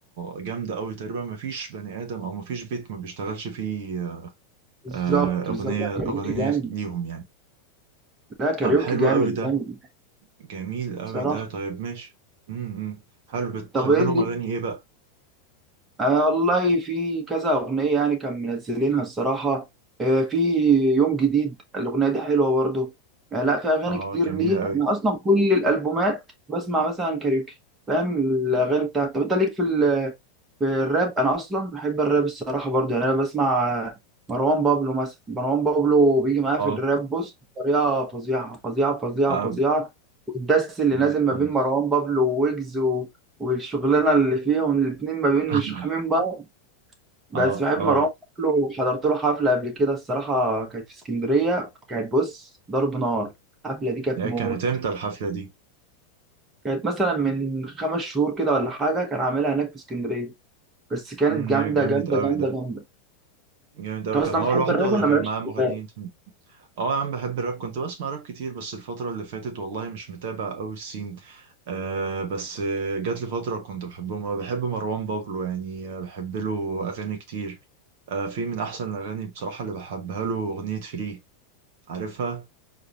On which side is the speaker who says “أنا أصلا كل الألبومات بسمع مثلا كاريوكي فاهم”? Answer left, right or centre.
Right